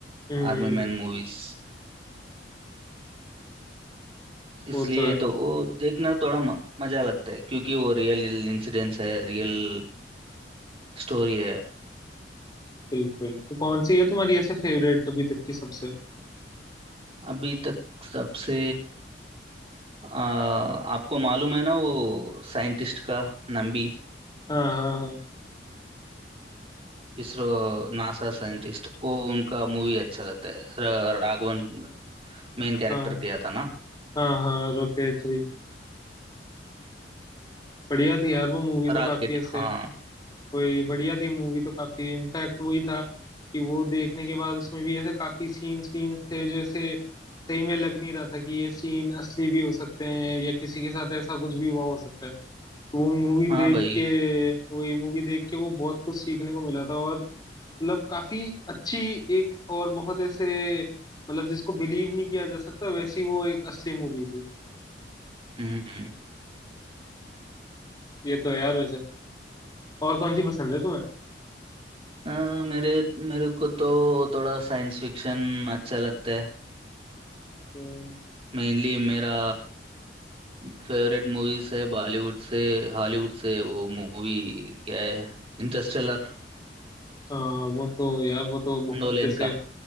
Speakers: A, on the left; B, on the right.
A: हम्म हम्म,
B: Army man movies इसलिए
A: वो तो है
B: तो वो देखना थोड़ा म- मजा लगता है क्योंकि वो रियल इंसिडेंट्स है रियल स्टोरी है
A: बिल्कुल तो कौन सी है तुम्हारी ऐसे फेवरेट अभी तक की सबसे
B: अभी तक सबसे आ, आपको मालूम है ना वो साइंटिस्ट का नंबी
A: हाँ हाँ
B: इसरो नासा साइंटिस्ट वो उनका मूवी अच्छा लगता है र- राघवन मेन कैरेक्टर
A: हाँ
B: किया था ना
A: हाँ हाँ हाँ रॉकेट थ्री बढ़िया थी यार वो मूवी तो
B: रॉकेट
A: काफी ऐसे
B: हाँ
A: कोई बढ़िया थी मूवी तो काफी इनफैक्ट वही था कि वो देखने के बाद उसमें भी ऐसे काफी सीन्स वीन्स थे जो ऐसे सही में लग नहीं रहा था कि ये सीन असली भी हो सकते हैं या किसी के साथ ऐसा कुछ भी हुआ हो सकता है वो मूवी
B: हाँ
A: देख
B: भाई
A: के वही मूवी देख के वो बहुत कुछ सीखने को मिला था और मतलब काफी अच्छी एक और बहुत ऐसे मतलब जिसको बिलीव नहीं किया जा सकता वैसी वो एक असली मूवी थी
B: हम्म
A: ये तो है यार वैसे और कौन सी पसंद है तुम्हें
B: अ, मेरे मेरे को तो थोड़ा साइंस फिक्शन अच्छा लगता है
A: हम्म,
B: मेनली मेरा फेवरेट मूवीज है बॉलीवुड से हॉलीवुड से वो मूवी क्या है इंटरस्टेलर
A: हाँ वो तो यार वो तो बहुत
B: नोलन
A: ऐसे
B: का